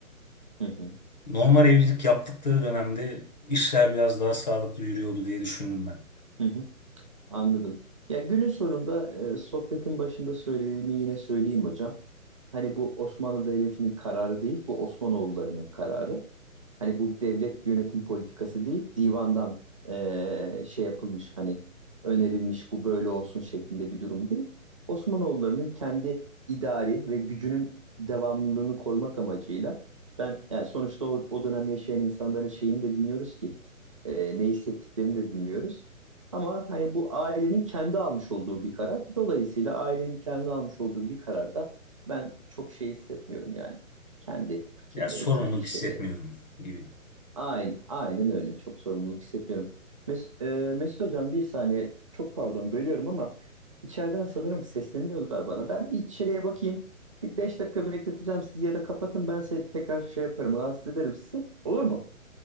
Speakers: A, on the right; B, on the left.
A: hı hı,
B: Normal evlilik yaptıkları dönemde işler biraz daha sağlıklı yürüyordu diye düşündüm ben.
A: hı hı. Anladım. Ya günün sonunda e, sohbetin başında söylediğimi yine söyleyeyim hocam. Hani bu Osmanlı Devleti'nin kararı değil, bu Osmanoğullarının kararı. Hani bu devlet yönetim politikası değil, divandan eee, şey yapılmış hani önerilmiş bu böyle olsun şeklinde bir durum değil. Osmanoğullarının kendi idari ve gücünün devamlılığını korumak amacıyla ben yani sonuçta o, o dönem yaşayan insanların şeyini de bilmiyoruz ki eee, ne hissettiklerini de bilmiyoruz. Ama hani bu ailenin kendi almış olduğu bir karar. Dolayısıyla ailenin kendi almış olduğu bir kararda ben çok şey hissetmiyorum yani. Kendi fikirleri,
B: Ya sorumluluk
A: kendi şeyleri.
B: hissetmiyorum gibi.
A: Aynen, aynen öyle. Çok sorumluluk hissetmiyorum. Mes e, Mesut Hocam bir saniye. Çok pardon bölüyorum ama içeriden sanırım sesleniyorlar bana. Ben bir içeriye bakayım. Bir beş dakika bekleteceğim sizi ya da kapatın ben size tekrar şey yaparım. Rahatsız ederim sizi. Olur mu?